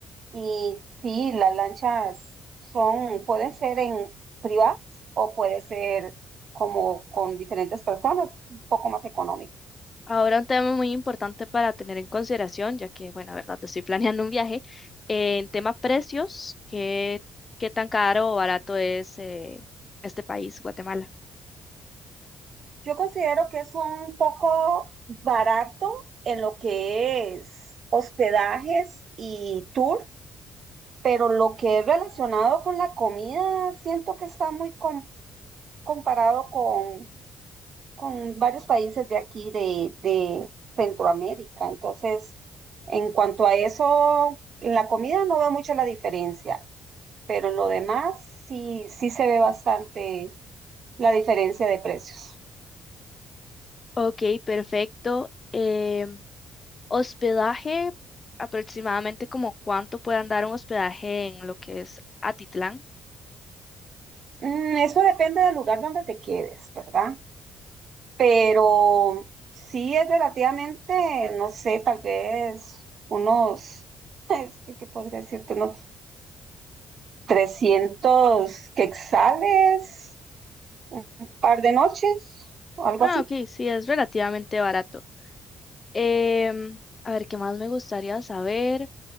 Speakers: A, on the right; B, on the left.
A: Y sí, las lanchas son, pueden ser en privadas o puede ser como con diferentes personas, un poco más económico.
B: Ahora un tema muy importante para tener en consideración, ya que, bueno, la verdad, estoy <laughs> planeando un viaje, eh, en tema precios, ¿qué, qué tan caro o barato es eh, este país, Guatemala?
A: Yo considero que es un poco barato en lo que es hospedajes y tour pero lo que es relacionado con la comida, siento que está muy com- comparado con, con varios países de aquí, de, de Centroamérica. Entonces, en cuanto a eso, en la comida no veo mucho la diferencia, pero en lo demás sí, sí se ve bastante la diferencia de precios.
B: Ok, perfecto. Em, hospedaje, aproximadamente como cuánto puede andar un hospedaje en lo que es Atitlán.
A: Mm, eso depende del lugar donde te quedes, ¿verdad? pero sí es relativamente, no sé, tal vez unos, <laughs> es que, ¿qué podría decirte? Unos 300 quetzales, un par de noches, o algo
B: Ah,
A: así.
B: ok, sí, es relativamente barato. Em, a ver, ¿qué más me gustaría saber?